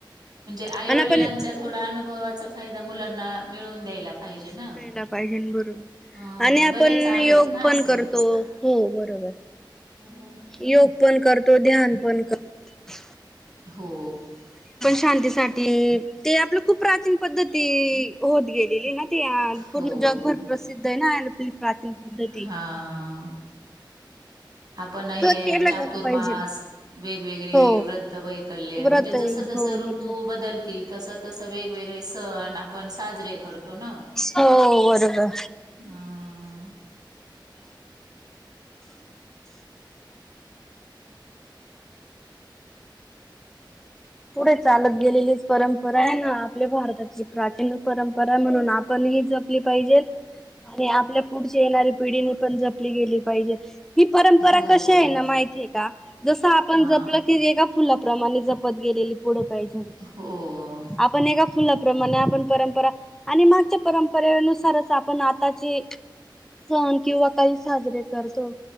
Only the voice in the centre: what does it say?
आणि आपण
द्यायला पाहिजे बरोबर
आणि आपण
योग
पण
करतो
हो बरोबर
योग पण करतो ध्यान पण करतो
शांतीसाठीठी ते आपलं खूप प्राचीन पद्धती होत गेलेली ना. पूर्ण
जगभर प्रसिद्ध आहे ना अल पली प्राचन पद्धती
तर केलं
गेलं पाहिजे
हो
व्रत
आहे
हो
बरोबर
हो बरोबर
पुढे चालत गेलेली परंपरा आहे ना आपल्या भारताची प्राचीन परंपरा म्हणून आपण जपली पाहिजे आणि आपल्या पुढची येणारी पिढीनी पण जपली गेली पाहिजे ही परंपरा
कशी आहे ना माहितीय का जसं आपण
जपलं की एका फुलाप्रमाणे जप त गेलेली पुढं पाहिजे
आपण ए का फुलाप्रमाणे आपण परंपरा आणि मागच्या परंपरेनुसारच आपण आताची सण किंवा काही साजरे करतो